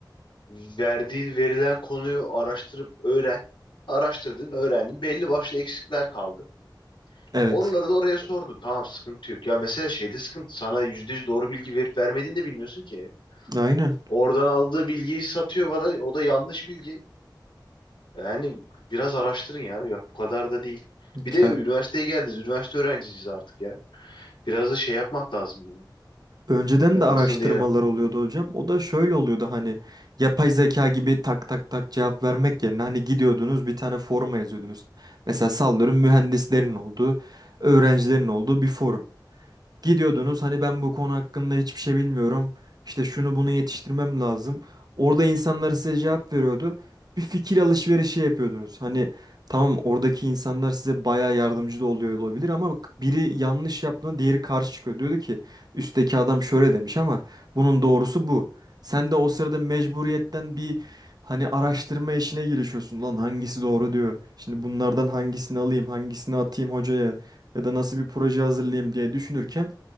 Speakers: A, on the left (about 90°); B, on the right (about 55°).
A: verdiği verilen konuyu araştırıp öğren. Araştırdın, öğrendin. Belli başlı eksikler kaldı.
B: Evet.
A: Oraları da oraya sordun. Tamam sıkıntı yok. Ya mesela şeyde sıkıntı. Sana yüzde yüz doğru bilgi verip vermediğini de bilmiyorsun ki.
B: Aynen.
A: Oradan aldığı bilgiyi satıyor bana. O da yanlış bilgi. Yani biraz araştırın ya. Ya bu kadar da değil.
B: Ya
A: Bir de üniversiteye geldiniz. Üniversite öğrencisiyiz artık ya. Biraz da şey yapmak lazım bunu.
B: önceden
A: Ee,
B: de araştırmalar
A: nasıl diyelim?
B: oluyordu hocam. O da şöyle oluyordu hani yapay zeka gibi tak tak tak cevap vermek yerine hani gidiyordunuz bir tane foruma yazıyordunuz. Mesela sallıyorum mühendislerin olduğu, öğrencilerin olduğu bir forum. Gidiyordunuz hani ben bu konu hakkında hiçbir şey bilmiyorum. İşte şunu bunu yetiştirmem lazım. Orada insanlar size cevap veriyordu. Bir fikir alışverişi yapıyordunuz. Hani tamam oradaki insanlar size bayağı yardımcı da oluyor olabilir ama bak, biri yanlış yaptığında diğeri karşı çıkıyor. Diyordu ki üstteki adam şöyle demiş ama bunun doğrusu bu. Sen de o sırada mecburiyetten bir hani araştırma işine girişiyorsun. Lan hangisi doğru diyor. Şimdi bunlardan hangisini alayım, hangisini atayım hocaya ya da nasıl bir proje hazırlayayım diye düşünürken